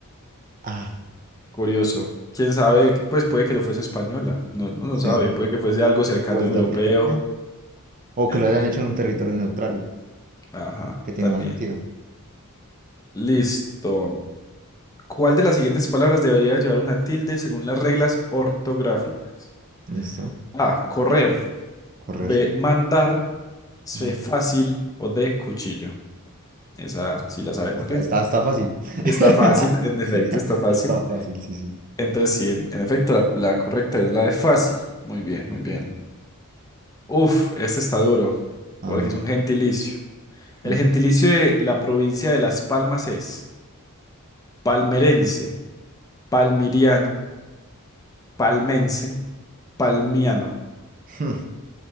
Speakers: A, on the right; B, on the left.
A: Ah,
B: Curioso. Quién sabe, pues puede que no fuese española. No, no, no
A: sí,
B: sabe.
A: sí.
B: Puede que fuese algo cercano
A: Westdalia.
B: europeo.
A: Eh. O
B: En
A: que lo hayan
B: efecto.
A: hecho en un territorio neutral,
B: Ajá,
A: que tiene
B: también.
A: más sentido.
B: Listo. ¿Cuál de las siguientes palabras debería llevar una tilde según las reglas ortográficas?
A: Listo.
B: A. Correr.
A: Correr.
B: B. Mandar. C.
A: No,
B: Fácil. O D. Cuchillo. Esa
A: no, pues,
B: sí la sabemos
A: Está,
B: bien.
A: está, está fácil. <laughs>
B: Está fácil, en efecto, está fácil.
A: Está fácil, sí, sí.
B: Entonces, sí, en, en efecto, la, la correcta es la de fácil. Muy bien, muy bien. Uf, este está duro,
A: A
B: porque
A: ver.
B: es un gentilicio. El
A: Hmm,
B: gentilicio de la provincia de Las Palmas es palmerense, palmiriano, palmense, palmiano.
A: hmm.